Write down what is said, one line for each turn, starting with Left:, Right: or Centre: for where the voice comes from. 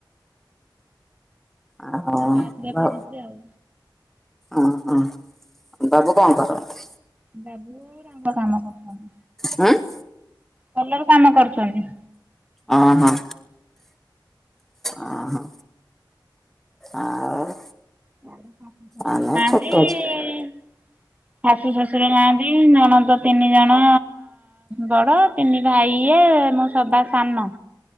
Centre: ଆ ହୁଁ
Right: କ୍ଲାସରେ
Centre: ନ
Right: ପଢୁଛି ଆଉ
Centre: ଓ ହୋ ବାବୁ କଣ କରନ୍ତି?
Right: ବାବୁ ରଙ୍ଗ କାମ କରୁଚନ୍ତି।
Centre: ଉଁ-।
Right: କଲର୍ କାମ କରୁଚନ୍ତି।
Centre: ଅ ହୋ। ଅ ହୋ ଆଉ
Right: ଆଉ ଶାଶୁ ଶଶୁର
Centre: ଆମେ
Right: ନାହାନ୍ତି।
Centre: ଛୋଟ ଅଛୁ
Right: ଶାଶୁ ଶଶୁର ନାହାନ୍ତି ନଣନ୍ଦ ତିନି ଜଣ ବଡ। ତିନି ଭାଇ ଇଏ ମୁଁ ସବା ସାନ